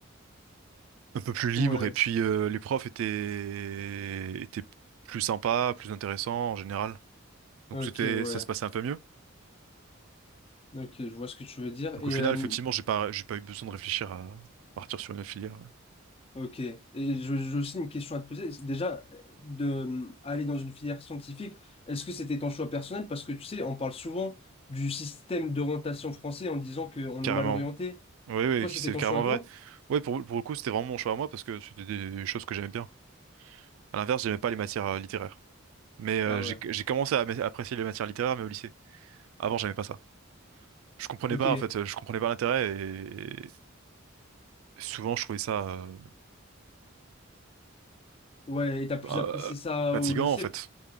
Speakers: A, on the right; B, on the left.
A: un peu plus libre.
B: Ouais.
A: Et puis euh, les profs étaient étaient plus sympas, plus intéressants en général. Donc
B: Ok,
A: c'était,
B: ouais.
A: ça se passait un peu mieux.
B: Ok, je vois ce que tu veux dire.
A: Donc
B: Et
A: au final,
B: euh,
A: effectivement, j'ai pas, j'ai pas eu besoin de réfléchir à partir sur une filière. ouais.
B: ok. Et je- j'ai aussi une question à te poser. C'est Déjà, de euh, aller dans une filière scientifique, est-ce que c'était ton choix personnel? Parce que tu sais, on parle souvent du système d'orientation français en disant qu'on
A: Carrément.
B: est mal orienté.
A: Oui, oui,
B: Et toi,
A: c'est
B: c'était ton
A: carrément
B: choix à toi?
A: vrai. Oui, pour, pour le coup, c'était vraiment mon choix à moi parce que c'était des choses que j'aimais bien. À l'inverse, j'aimais pas les matières euh, littéraires. Mais euh,
B: Ah
A: j'ai
B: ouais.
A: j'ai commencé à m'a- apprécier les matières littéraires, mais au lycée. Avant, j'aimais pas ça. Je comprenais
B: Ok.
A: pas, en fait, euh, je comprenais pas l'intérêt et souvent, je trouvais ça euh,
B: Ouais, et t'as plus
A: euh,
B: apprécié ça
A: fatigant,
B: au lycée?
A: en fait.